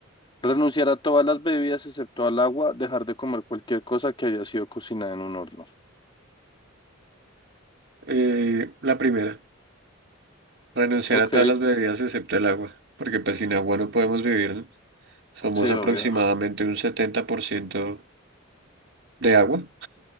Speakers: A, on the left; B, on the right.
A: Renunciar a todas las bebidas excepto al agua, dejar de comer cualquier cosa que haya sido cocinada en un horno.
B: Eh, la primera, renunciar
A: Ok,
B: a todas las bebidas excepto el agua, porque pues sin agua no podemos vivir, ¿no? Somos
A: sí,
B: aproximadamente
A: obvio.
B: un 70% de agua.